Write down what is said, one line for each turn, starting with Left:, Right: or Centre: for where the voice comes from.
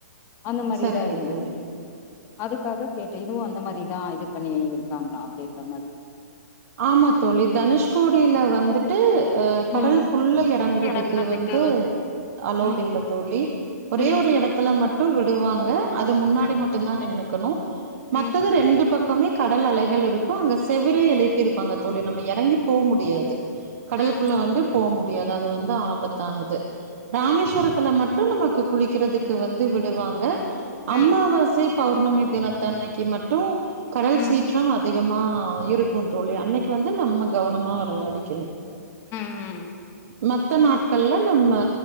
Left: அந்த மாரிதா
Right: சரிங்க
Left: இருந்தது
Right: தோழி.
Left: அதுக்காக கேட்டே இதுவு அந்த மாரிதா இது பண்ணி இருக்காங்ளா அப்டின்ற மாரி
Right: ஆமா தோழி தனுஷ்கோடில வந்துட் டு அ கடல்
Left: ம்.
Right: குள்ள இறங்குறதுக்கு
Left: எறங்குறதுக்கு
Right: வந்து
Left: வ
Right: அலோட்
Left: ம்,
Right: இல்ல தோழி ஒரே
Left: ம்,
Right: ஒரு இடத்துல மட் டு விடுவாங்க அது முன்னாடி
Left: ம்,
Right: மட்டு தா நின்னுக்கணு
Left: ம்,
Right: மத்தது ரெண்டு பக்கமே கடல் அலைகள் இருக்கு அங்க செவுரே எழுப்பிருப்பாங்க தோழி நம்ம இறங்கி போ முடியாது கடல்
Left: ம்,
Right: குள்ள வந்து போ முடியாது அது வந்து ஆபத்தானது ராமேஸ்வரத்துல
Left: ம்,
Right: மட்டு நமக்கு குளிக்கறதுக்கு வந்து விடுவாங்க
Left: ம்,
Right: அம்மாவாசை பௌர்ணமி தினத்தன்னைக்கு மட்டு கடல்
Left: ம், ம்,
Right: சீற்றம் அதிகமா இருக் கு தோழி அன்னைக்கு வந்து நம்ம கவனமா வெளயாடிக்ணு
Left: ம்
Right: மத்த நாட்கள்ல நம்ம